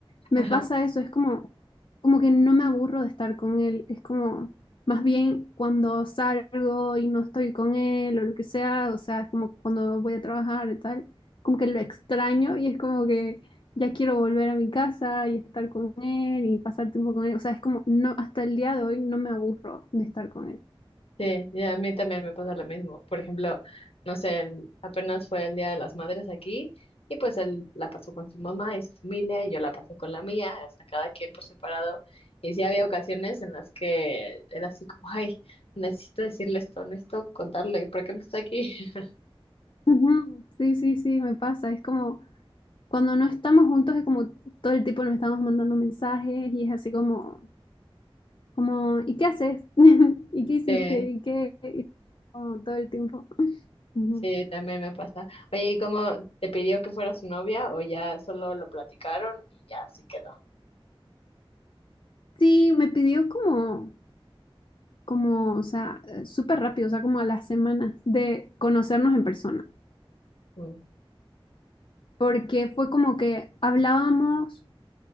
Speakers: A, on the left; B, on the left.
A: Me
B: <laughs>
A: pasa eso, es como, como que no me aburro de estar con él, es como más bien cuando salgo y no estoy con él o lo que sea, o sea, es como cuando voy a trabajar y tal, como que lo extraño y es como que ya quiero volver a mi casa y estar con él y pasar tiempo con él. O sea, es como, no, hasta el día de hoy no me aburro de estar con él.
B: Sí, y a mí también me pasa lo mismo. Por ejemplo, no sé, el- apenas fue el Día de las Madres aquí y pues él la pasó con su mamá y su familia y yo la pasé con la mía, o sea, cada quien por separado. Y sí había ocasiones en las que era así como, ay, necesito decirle esto, necesito contarle, ¿por qué no está aquí? <laughs>
A: Ujú, Sí, sí, sí, me pasa. Es como, cuando no estamos juntos es como todo el tiempo nos estamos mandando mensajes y es así como, como, ¿y qué haces? <laughs> ¿Y qué hiciste?
B: Sí,
A: ¿Y qué? Y como todo el tiempo. <laughs> Ujú.
B: sí, también me pasa. Oye, ¿y cómo te pidió que fuera su novia o ya solo lo platicaron y ya así quedó?
A: Sí, me pidió como, como, o sea, eh, súper rápido, o sea, como a las semanas de conocernos en persona
B: Mm,
A: porque fue como que hablábamos